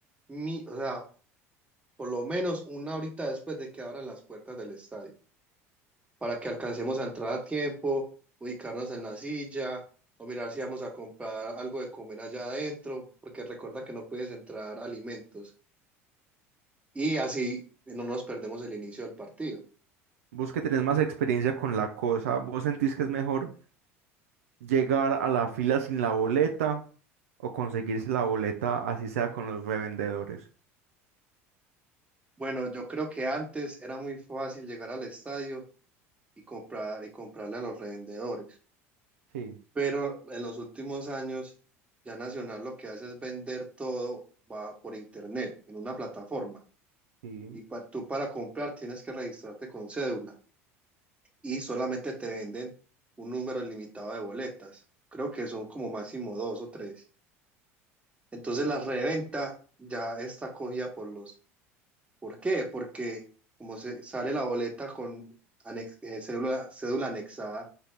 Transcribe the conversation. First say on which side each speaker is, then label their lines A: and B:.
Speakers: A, on the right; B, on the right.
A: mi, o sea, por lo menos una horita después de que abran las puertas del estadio, para que alcancemos a entrar a tiempo, ubicarnos en la silla, o mirar si vamos a comprar algo de comer allá adentro, porque recuerda que no puedes entrar alimentos. Y así no nos perdemos el inicio del partido.
B: Vos que tenés más experiencia con la cosa, ¿vos sentís que es mejor llegar a la fila sin la boleta o conseguirse la boleta así sea con los revendedores?
A: Bueno, yo creo que antes era muy fácil llegar al estadio y comprar y comprarle a los revendedores.
B: Sí,
A: Pero en los últimos años, ya Nacional lo que hace es vender todo va por internet, en una plataforma.
B: sí,
A: Y pa- tú para comprar tienes que registrarte con cédula y solamente te venden un número limitado de boletas. Creo que son como máximo dos o tres. Entonces la reventa ya está cogida por los... ¿Por qué? Porque como se sale la boleta con anex- eh, cédula, cédula anexada,